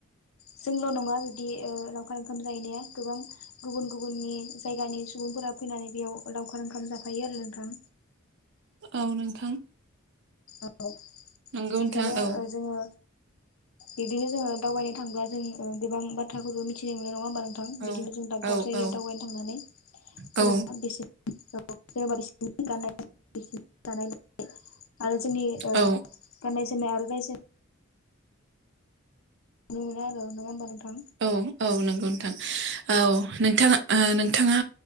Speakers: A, on the left; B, on the right.
A: जोंल' नङा बिब्दि ओ लावखार ओंखाम जाहैनाया गोबां गुबुन गुबुननि जायगानि सुबुंफोरा फैनानै बेयाव लावखार ओंखाम जाफायो आरो नोंथां।
B: औ नोंथां।
A: औ
B: नंगौ
A: बिदिनो
B: नोंथां औ
A: ओ जोङो बिदिनो जोङो दावबायनो थांब्ला जों ओ गोबां बाथ्राफोरबो मिथिनो मोनो नङा होमबा नों थां
B: औ
A: बिदिनो जों दाब
B: औ
A: दाब जायगायाव
B: औ
A: दावबायनो थांनानै जेनेबा
B: औ
A: बिसोर जेनेबा बिसिनि गाननाय जोमनाय, जानाय लोंनाय आरो जोंनि ओ
B: औ
A: गाननाय जोमनाय आरो रायजो नुनो मोनो आरो नङा होमबा नोंथां
B: औ औ नंगौ नोंथां, औ नोंथाङा ओ नोंथाङा